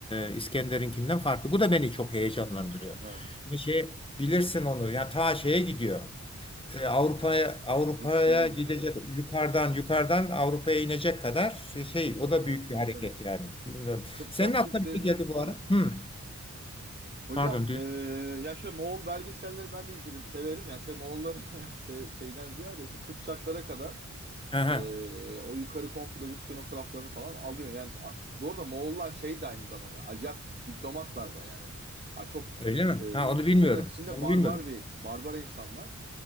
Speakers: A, on the left; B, on the right.
A: e, İskender'inkinden farklı. Bu da beni çok heyecanlandırıyor.
B: Evet.
A: Bir şey bilirsin onu. Yani ta şeye gidiyor e, Avrupa'ya
B: Rus
A: Avrupa'ya
B: Rusya'ya gidiyor
A: gidecek
B: evet.
A: yukarıdan yukarıdan Avrupa'ya inecek kadar şey şey,
B: Evet
A: o da
B: evet
A: büyük
B: tabii
A: bir hareket
B: tabii.
A: yani bilmiyorum.
B: Kıpçak
A: Senin aklına
B: Türklerini
A: bir şey geldi bu
B: şey
A: ara?
B: yapıyor.
A: Hı,
B: Hocam
A: pardon. Dü-
B: eee ya şöyle Moğol belgeselleri ben de izledim severim. Yani se- Moğolları <laughs> se- şeyden ziyade işte Kıpçaklara kadar
A: Aha,
B: eee, o yukarı komple Rusya'nın o taraflarını falan alıyor. Yani a- bu arada Moğollar şey de aynı zamanda acayip diplomatlar da yani. Ha, çok
A: öyle mi?
B: eee,
A: Ha onu bilmiyorum.
B: tırnak içinde
A: Onu
B: barbar
A: bilmiyorum.
B: bir barbara insanlar.